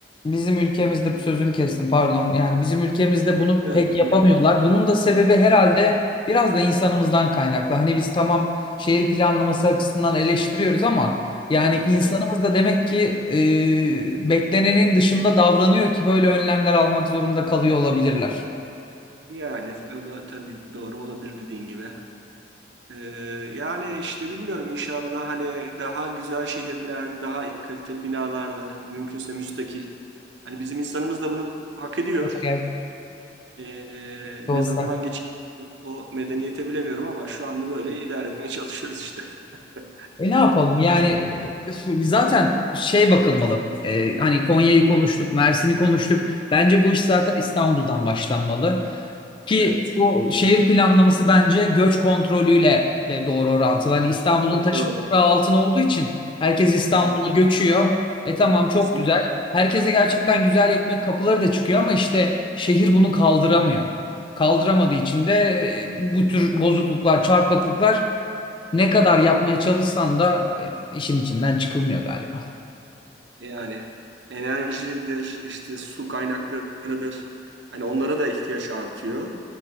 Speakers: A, on the left; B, on the right.
A: bizim ülkemizde sözünü kestim pardon. Yani bizim ülkemizde bunu
B: Evet,
A: pek
B: dinliyorum.
A: yapamıyorlar. Bunun da sebebi herhalde biraz da insanımızdan kaynaklı. Hani biz tamam şehir planlaması açısından eleştiriyoruz ama yani insanımız
B: Evet.
A: da demek ki e, beklenenin dışında davranıyor ki böyle önlemler almak zorunda kalıyor olabilirler.
B: Yani o da tabii doğru olabilir dediğin gibi. Ee, yani işte bilmiyorum inşallah hani daha güzel şehirlerde, daha kaliteli binalarda, mümkünse müstakil. Hani bizim insanımız da bunu hak ediyor.
A: Evet,
B: Ee,
A: olsa.
B: ne zaman geçer o medeniyete bilemiyorum ama şu anda böyle idare etmeye çalışıyoruz işte. <laughs>
A: E ne yapalım yani üf, zaten şey bakılmalı E, hani Konya'yı konuştuk Mersin'i konuştuk bence bu iş zaten İstanbul'dan başlanmalı Ki
B: Evet,
A: bu şehir planlaması bence göç kontrolüyle de doğru orantılı. Hani İstanbul'un
B: çok
A: taşı
B: doğru.
A: toprağı altın olduğu için herkes İstanbul'a
B: Evet,
A: göçüyor. E tamam çok
B: kesinlikle.
A: güzel. Herkese gerçekten güzel ekmek kapıları da çıkıyor ama işte şehir bunu kaldıramıyor. Kaldıramadığı için de e, bu tür bozukluklar, çarpıklıklar ne kadar yapmaya çalışsan da e, işin içinden çıkılmıyor galiba.
B: Yani enerjidir, işte su kaynaklarıdır. Hani onlara da ihtiyaç artıyor.